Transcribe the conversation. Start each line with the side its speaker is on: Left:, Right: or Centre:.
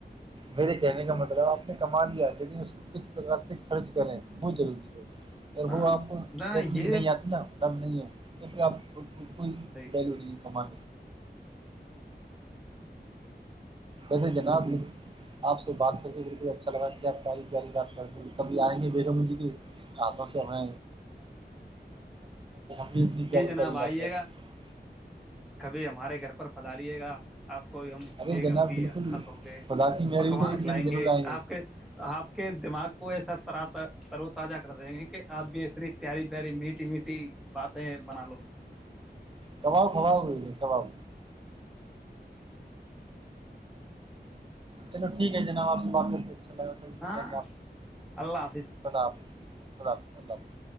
Right: میرے کہنے کا مطلب آپ میں کما لیا لیکن اس کو کس طرح سے خرچ کریں وہ ضروری ہے دیکھو
Centre: ہاں
Right: آپ
Centre: نہ
Right: ٹیکنک
Centre: یہ
Right: نہیں آتی نا تب نہیں ہے کیوں کہ آپ بلکل
Centre: صحیح
Right: ڈیل ہو گی کمائ ویسے جناب آپ سے بات کر کے اچھا لگا کہ آپ پیاری پیاری بات کرتے کبھی آئیں گے بیگم جی کے ہاتھوں سے ہم <unintelligible> پیاری
Centre: جی جناب
Right: پیاری
Centre: آئیے
Right: بات کر
Centre: گا
Right: سکیں
Centre: کبھی ہمارے گھر پر پدھاریے گا آپ کو ہم
Right: ارے
Centre: بیگم
Right: جناب
Centre: کی
Right: بالکل
Centre: ہا تھوں کے
Right: خدا کی مہربانی
Centre: پکوان
Right: تو ایک
Centre: کھلائیں
Right: دن ضرور
Centre: گے
Right: آئیں
Centre: آپ کے آپ کے دماغ کو ایسا طرح پر وہ تازہ خبر ہے آپ بھی اتنی پیاری پیاری میٹھی میٹھی باتیں بنا لو
Right: کباب خراب ہو گئی کباب چلو ٹھیک ہے جناب آپ سے بات کرتے مل
Centre: ہاں
Right: گئ
Centre: اللہ حافظ
Right: خدا حافظ خدا حافظ